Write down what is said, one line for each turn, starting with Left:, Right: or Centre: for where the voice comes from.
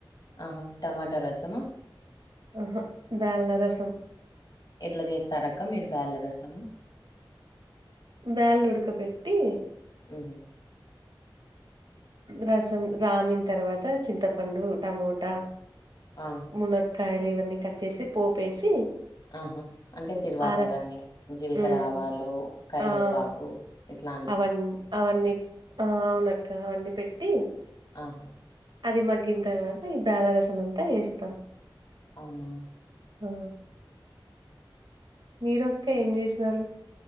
Left: ఆహా టమాటా రసమా
Right: ఆహా బ్యాళ్ళ రసం
Left: ఎట్లా చేస్తారక్క మీరు బ్యాలరస్ ము
Right: బ్యాల్ ఉడకబెట్టి
Left: ఉహ్మ్
Right: రసం రామిన తర్వాత చింతపండు టమోటా
Left: ఆ
Right: మునక్కాయలు ఇవన్నీ కట్చేసి పోపేసి
Left: ఆహా అంటే తిరువాతవాన్నీ
Right: ఆర
Left: జీలకరావాలు
Right: ఉమ్
Left: కరివేపాకు
Right: ఆ
Left: ఇట్లా
Right: అవన్ అవన్నీ ఆ అవునక్క అవన్నీ పెట్టి
Left: ఆహా
Right: అది మగ్గిన తర్వాత ఈ బ్యాల రసం అంతా ఎస్తాం
Left: అవునా
Right: ఆ మీరొక్క ఏం చేసినారు